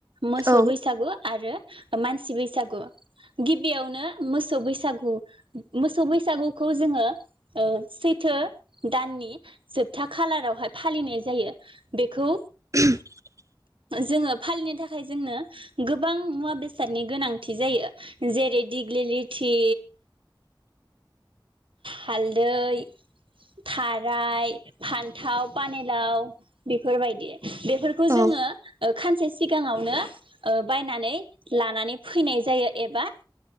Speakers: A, on the right; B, on the right.
A: मोसौ
B: औ
A: बैसागु आरो मानसि बैसागु गिबियावनो मोसौ बैसागु मोसौ बैसागुखौ जोङो सैथो दाननि जोबथा खालारावहाय फालिनाय जायो बेखौ
B: <unintelligible>
A: जोङो फालिनो थाखाय जोंनो गोबां मुवा बेसादनि गोनांथि जायो जेरै दिग्लिलिथि हालदै थाराय फान्थाव पानेलाव बेफोरबायदि बेफोरखौ जोङो
B: औ
A: ओ खानसे सिगाङावनो ओ बायनानै लानानै फैनाय जायो एबा